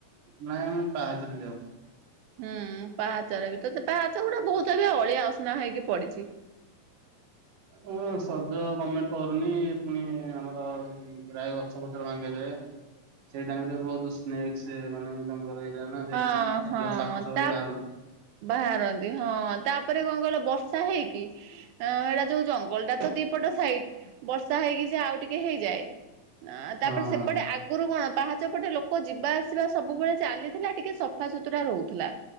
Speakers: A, on the right; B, on the right.
A: ନାଇଁ ଆମେ ପାହାଚରେ ଯାଉ।
B: ହୁଁ ପାହାଚାର ବି ତ ପାହାଚ ଗୁଡା ବହୁତ <unintelligible> ଅଳିଆ ଅସନା ହେଇକି ପଡିଚି।
A: ହଁ ସଜ ଗମେଣ୍ଟ କରୁନି ପୁଣି ଆମର ପ୍ରାୟ ଗଛପତ୍ର ଭାଙ୍ଗିଯାଏ। ସେଇ ଟାଇମ୍ ରେ ବହୁତ ସ୍ନେକସ୍ ମାନେ ଜଙ୍ଗଲ ଏରିଆ ନା ଯେହେତୁ
B: ହଁ
A: ଅଧିକ
B: ହଁ
A: ସାପ ସୂପ
B: ତା
A: ବି ବାହାରନ୍ତି।
B: ବାହାରନ୍ତି ହଁ ତା ତାପରେ କଣ କହିଲ ବର୍ଷା ହେଇକି ଆଁ ହେଇଟା ଯୋଉ ଜଙ୍ଗଲ ଟା ତ ଦିପଟ ସାଇଡ ବର୍ଷା ହେଇକି ସେ ଆଉ ଟିକେ ହେଇଯାଏ। ଆଁ ତାପରେ
A: ହଁ ହଁ
B: ସେପଟେ ଆଗରୁ କଣ? ପାହାଚପଟେ ଲୋକ ଯିବା ଆସିବା ସବୁବେଳେ ଚାଲିଥିଲା ଟିକେ ସଫା ସୁୁତୁରା ରହୁଥିଲା।